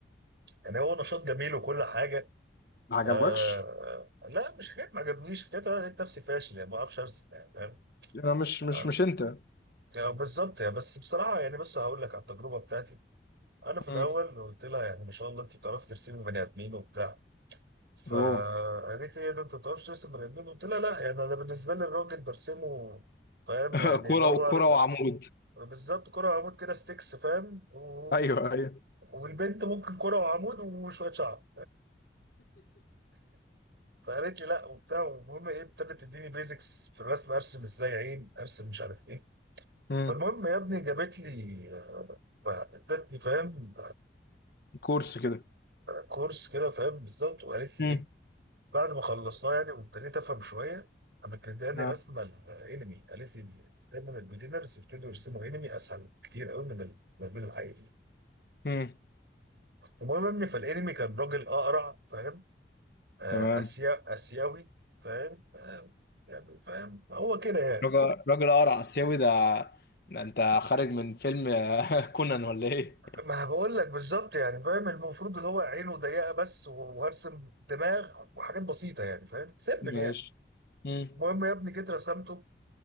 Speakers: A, on the right; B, on the left.
A: يعني هو نشاط جميل وكل حاجه
B: ما عجبكش
A: آه لا مش حكايه ما عجبنيش حكايه انا لقيت نفسي فاشل يعني ما اعرفش ارسم يعني فاهم
B: انا مش
A: آه.
B: مش مش انت
A: يعني بالظبط يعني بس بصراحه يعني بص هقول لك على التجربه بتاعتي انا في الاول
B: امم
A: قلت لها يعني ما شاء الله انت بتعرفي ترسمي بني ادمين وبتاع فقالت
B: اوه
A: لي إيه ده انت ما بتعرفش ترسم بني ادمين قلت لها لا يعني انا بالنسبه لي الراجل برسمه فاهم
B: <laughs>
A: يعني
B: كرة
A: اللي هو
B: وكرة
A: ر-
B: وعمود
A: بالظبط كرة وعمود كده ستيكس فاهم و...
B: ايوه ايوه
A: والبنت ممكن كرة وعمود وشوية شعر فقالت لي لا وبتاع والمهم ايه ابتدت تديني بيزكس في الرسم ارسم ازاي عين ارسم مش عارف ايه
B: امم
A: فالمهم يا ابني جابت لي ادتني فاهم
B: كورس كده
A: كورس كده فاهم بالظبط وقالت لي
B: مم.
A: ايه بعد ما خلصناه يعني وابتديت افهم شويه قامت مدياني
B: نعم
A: رسمه الانمي قالت لي دي- دايما البيجنرز يبتدوا يرسموا انمي اسهل كتير قوي من المدمن الحقيقي
B: امم
A: المهم يا ابني فالانمي كان راجل اقرع فاهم آه،
B: تمام
A: اسيا اسيوي فاهم آه، يعني فاهم هو كده يعني
B: راجل راجل قرع آسيوي ده ده انت خارج من فيلم <laughs> كونان ولا ايه؟
A: ما بقول لك بالظبط يعني فاهم المفروض اللي هو عينه ضيقه بس و- وهرسم دماغ وحاجات بسيطه يعني فاهم سيمبل
B: ماشي
A: يعني
B: مم.
A: المهم يا ابني جيت رسمته